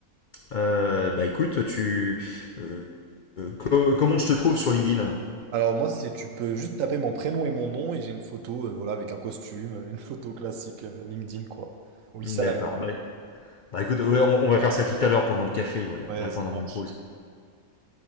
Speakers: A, on the left (about 80°); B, on the right (about 65°).
A: Euh, bah écoute, tu euh, euh, co- comment je te trouve sur LinkedIn
B: Alors moi, c'est tu peux juste taper mon prénom et mon nom et j'ai une photo, euh, voilà, avec un costume, <laughs> euh, une photo classique euh, LinkedIn, quoi. Oui,
A: D'accord.
B: ça la met pas.
A: Bah, bah écoute, ouais, on, on va faire ça tout à l'heure pendant le café, ouais,
B: Ouais,
A: ouais
B: ça
A: pendant
B: marche.
A: la pause.